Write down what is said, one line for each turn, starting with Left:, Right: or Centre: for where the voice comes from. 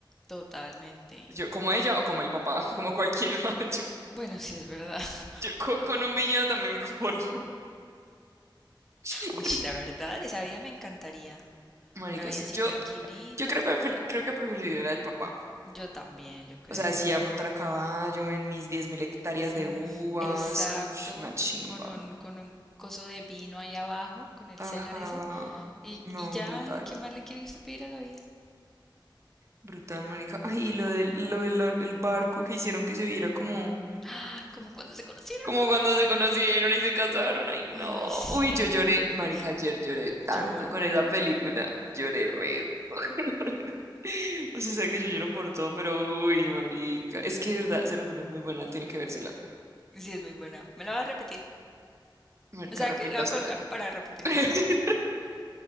Centre: Totalmente.
Right: Yo, como ella o como el papá, como cualquiera. <laughs>
Centre: Bueno, sí es verdad. <laughs>
Right: Yo, yo co- con, un viñedo también me conformo. <laughs>
Centre: Uy, la verdad, esa vida me encantaría.
Right: Marica,
Centre: Una vida
Right: sí.
Centre: así
Right: Yo,
Centre: tranquilita.
Right: yo creo, prefer- creo que preferiría la del papá.
Centre: Yo también, yo creo.
Right: O sea, decía montar a caballo en mis 10.000 hectáreas de
Centre: Mm,
Right: uvas.
Centre: exacto.
Right: Ush, una chimba.
Centre: Con un, con un coso de vino ahí abajo, con el
Right: Ajá.
Centre: celar ese. Y,
Right: No,
Centre: y ya,
Right: brutal.
Centre: ¿y qué más le quiere usted pedir a la vida?
Right: Brutal, marica. Ay, y lo del, lo del ar- el barco que hicieron que se viera como...
Centre: Ah, como cuando se conocieron.
Right: Como cuando se conocieron y se casaron. Ay, no.
Centre: Ay, sí,
Right: Uy, yo
Centre: hermosos.
Right: lloré. Marica, ayer lloré tanto
Centre: ¿Lloró?
Right: con esa película. Lloré re. <laughs> O sea, sabe que yo lloro por todo, pero uy, marica. Es que de verdad, se lo juro, es muy buena. Tiene que vérsela.
Centre: Sí, es muy buena. Me la va a repetir.
Right: Marica,
Centre: ¿Sabe
Right: repítasela.
Centre: qué? La voy a colgar para repetírmela.
Right: <laughs>